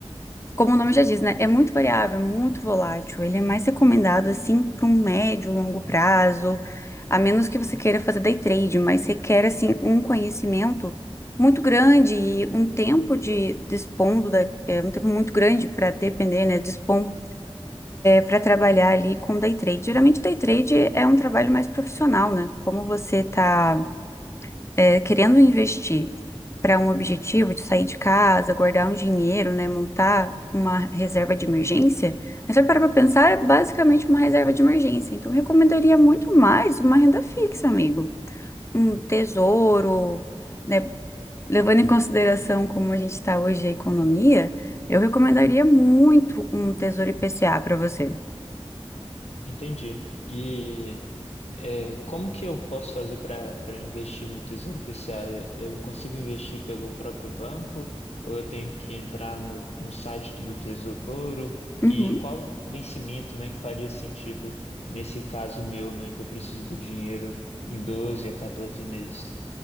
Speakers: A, on the left; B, on the left.
A: como o nome já diz, né? É muito variável, é muito volátil. Ele é mais recomendado assim para um médio, longo prazo, a menos que você queira fazer day trade, mas requer assim um conhecimento muito grande e um tempo de dispondo da, é, um tempo muito grande para depender, né? Dispor para trabalhar ali com day trade. Geralmente day trade é um trabalho mais profissional, né? Como você tá é, querendo investir para um objetivo de sair de casa, guardar um dinheiro, né, montar uma reserva de emergência, mas se eu parar para pensar, é basicamente uma reserva de emergência. Então, eu recomendaria muito mais uma renda fixa, amigo. Um tesouro, né, levando em consideração como a gente está hoje a economia, eu recomendaria muito um tesouro IPCA para você.
B: entendi. E é, como que eu posso fazer para para investir no Tesouro PCA? Eu consigo investir pelo próprio banco ou eu tenho que entrar no, no site do Tesouro?
A: Uhum.
B: E qual vencimento, né, que faria sentido nesse caso meu, né, que eu preciso do dinheiro em 12 a 14 meses?